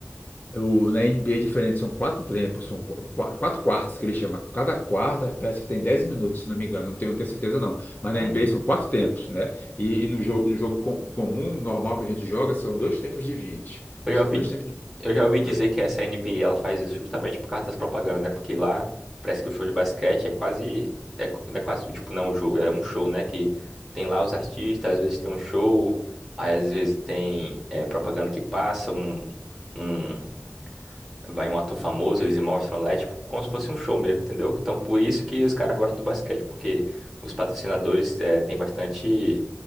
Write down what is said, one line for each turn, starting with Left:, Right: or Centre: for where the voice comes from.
Left: O, na NBA é diferente, são quatro tempos, são qu- qu- quatro quartos que ele chama. Cada quarta parece que tem 10 minutos, se não me engano, não tenho, não tenho certeza não. Mas na
Centre: Hum.
Left: NBA são quatro tempos, né? E, e no jogo, no jogo com- comum, normal que a gente joga, são dois tempos de vinte
Centre: Eu
Left: São
Centre: já ouvi,
Left: dois tempos de 20.
Centre: eu já ouvi dizer que essa NBA ela faz isso justamente por causa das propagandas, né? Porque lá parece que o show de basquete é quase. É, co- não é quase, tipo, não é um jogo, é um show, né? Que tem lá os artistas, às vezes tem um show, aí às vezes tem é, propaganda que passa, um, um- vai um ator famoso, eles mostram lá, é tipo como se fosse um show mesmo, entendeu? Então por isso
Left: Isso.
Centre: que os caras gostam do basquete, porque os patrocinadores é, têm bastante